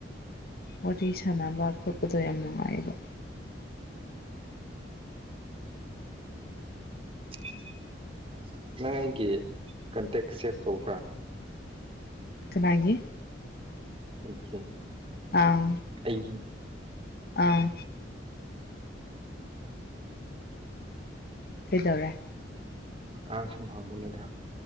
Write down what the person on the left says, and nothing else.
ꯋꯥꯔꯤ ꯁꯥꯟꯅꯕ ꯈꯣꯠꯄꯗꯣ ꯌꯥꯝ ꯅꯨꯡꯉꯥꯏꯕ
ꯀꯅꯥꯒꯤ
ꯑꯥ
ꯑꯥ ꯀꯩꯗꯧꯔꯦ